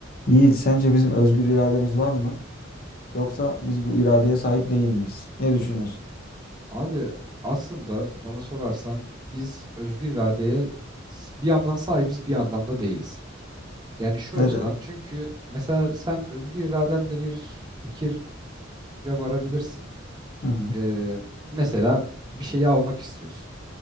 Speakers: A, on the left (about 45°); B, on the right (about 20°).
A: Yiğit, sence bizim özgür irademiz var mı? Yoksa biz bu iradeye sahip değil miyiz? Ne düşünüyorsun?
B: Abi aslında bana sorarsan biz özgür iradeye s- bir yandan sahibiz bir yandan da değiliz. Yani şu
A: Neden?
B: açıdan çünkü mesela sen özgür iradenle bir fikire varabilirsin.
A: Hı hı.
B: Ee, mesela bir şeyi almak istiyorsun.